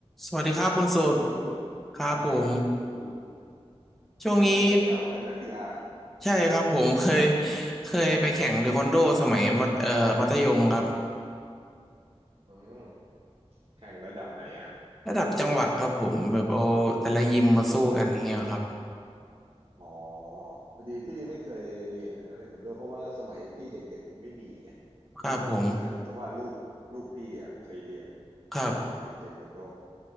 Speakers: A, in the centre; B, on the right.
A: สวัสดีครับคุณสุด
B: สวัสดีครับคุณยู
A: ครับผม
B: ครับสวัสดีคุณยู
A: ช่วงนี้
B: ไงบ้างได้ข่าวว่าเป็นนักกีฬา
A: ใช่ครับผม <laughs> เคยเคยไปแข่งเทควันโดสมัยมัธเอ่อมัธยมครับ
B: อืมแข่งระดับไหนอ่ะ
A: ระดับจังหวัดครับผมแบบเอาแต่ละยิมมาสู้กันอย่างเงี้ยครับ
B: อ๋อพอดีพี่ไม่เคยเรียนเนี่ยนะเทควันโดเพราะว่าสมัยพี่เด็กๆมันไม่มีไง
A: ครับผม
B: เพิ่งมามีทีหลังแต่ว่าลูกลูกพี่อ่ะเคยเรียน
A: ครับ
B: เคยเรียนเทควันโด